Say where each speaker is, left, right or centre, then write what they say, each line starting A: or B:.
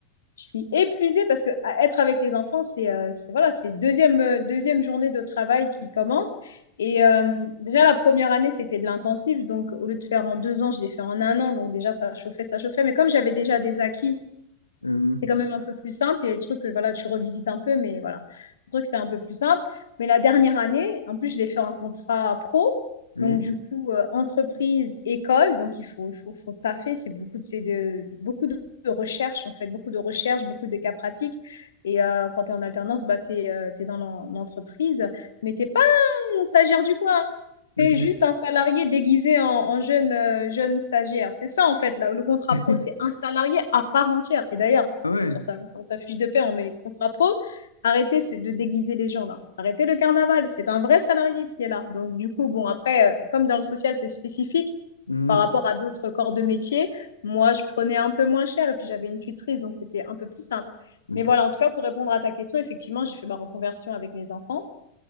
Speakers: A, on the left (about 65°); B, on the left (about 80°).
A: je suis épuisée parce que à être avec les enfants, c'est euh, c'est- voilà, c'est deuxième, euh, deuxième journée de travail qui commence. Et euh, déjà, la première année, c'était de l'intensif. Donc, au lieu de faire en deux ans, je l'ai fait en un an. Donc, déjà, ça chauffait, ça chauffait. Mais comme j'avais déjà des acquis,
B: Hmm,
A: c'est quand même un peu plus simple. Il y a des trucs que voilà, tu revisites un peu, mais voilà. Le truc, c'était un peu plus simple. Mais la dernière année, en plus, je l'ai fait en contrat pro.
B: Oui.
A: Donc, du coup, euh, entreprise, école. Donc, il faut, faut, faut taffer. C'est beaucoup de, c'est de, beaucoup de de recherche, en fait, beaucoup de recherche, beaucoup de cas pratiques. Et euh, quand tu es en alternance, bah, tu es, dans l'en- l'entreprise, mais tu un stagiaire du coin. c'est
B: Ok.
A: juste un salarié déguisé en, en jeune, euh, jeune stagiaire. C'est ça, en fait, là, le contrat
B: <laughs>
A: pro, c'est un salarié à part entière. Et d'ailleurs,
B: Ah ouais.
A: sur ta, sur ta fiche de paie, on met contrat pro. Arrêtez c'est de déguiser les gens, là. Arrêtez le carnaval. C'est un vrai salarié qui est là. Donc, du coup, bon, après, euh, comme dans le social, c'est spécifique
B: Hmm,
A: par rapport à d'autres corps de métier, moi, je prenais un peu moins cher et puis j'avais une tutrice, donc c'était un peu plus simple.
B: Ok.
A: Mais voilà, en tout cas, pour répondre à ta question, effectivement, j'ai fait ma reconversion avec mes enfants.